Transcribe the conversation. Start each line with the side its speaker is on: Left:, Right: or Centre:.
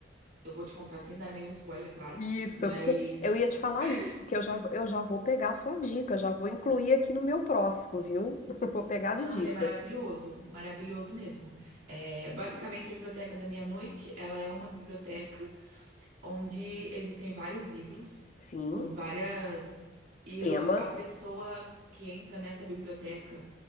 Right: eu vou te contar sem dar nenhum spoiler, claro,
Left: Isso,
Right: mas.
Left: porque eu ia te falar
Right: <laughs>
Left: isso, porque eu já, eu já vou pegar a sua dica, já vou incluir aqui no meu próximo, viu? <laughs> Vou pegar de
Right: Não,
Left: dica.
Right: ele é maravilhoso, maravilhoso mesmo. É, basicamente, a Biblioteca da Meia-Noite, ela é uma biblioteca onde existem vários livros
Left: Sim,
Right: com várias. E eu-
Left: temas.
Right: a pessoa que entra nessa biblioteca.